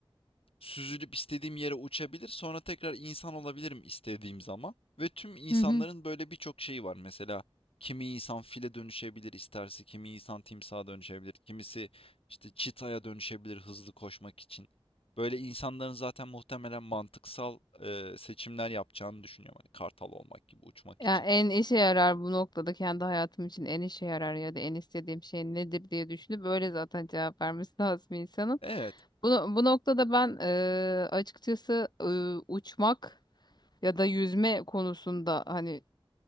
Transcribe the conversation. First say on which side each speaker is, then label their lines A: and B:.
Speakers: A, on the left; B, on the left.
A: süzülüp istediğim yere uçabilir. Sonra tekrar insan olabilirim istediğim zaman. Ve tüm insanların
B: Hı hı.
A: böyle birçok şeyi var. Mesela kimi insan file dönüşebilir isterse, kimi insan timsaha dönüşebilir, kimisi işte çitaya dönüşebilir hızlı koşmak için. Böyle insanların zaten muhtemelen mantıksal e, seçimler yapacağını düşünüyorum. Hani kartal olmak gibi uçmak
B: Ya
A: için.
B: en işe yarar bu noktada kendi hayatım için en işe yarar ya da en istediğim şey nedir diye düşünüp böyle zaten cevap vermesi <laughs> lazım insanın.
A: Evet,
B: Bu, bu noktada ben eee, açıkçası eee, uçmak ya da yüzme konusunda hani